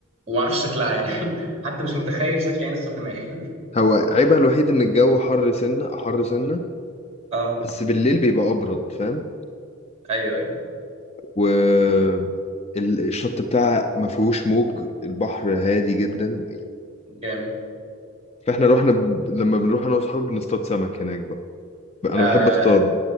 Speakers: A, on the right (about 30°); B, on the left (about 30°).
A: وما اعرفش شكلها يعني <laughs> حتى مش متخيل شكل العين السخنه ايه
B: هو عيبها الوحيد ان الجو حر سنة حر سنة
A: <laughs> اه
B: بس بالليل بيبقى ابرد فاهم
A: ايوه ايوه
B: والشط بتاعها ما فيهوش موج البحر هادي جدا
A: جامد
B: فاحنا رحنا ب... لما بنروح انا واصحابي بنصطاد سمك هناك بقى انا
A: آه
B: بحب ايوه اصطاد